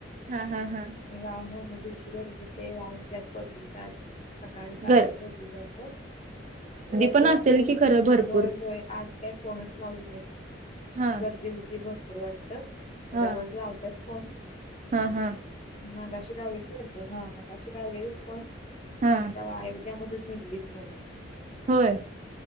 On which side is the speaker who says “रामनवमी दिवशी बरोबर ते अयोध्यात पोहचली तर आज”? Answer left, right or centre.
Left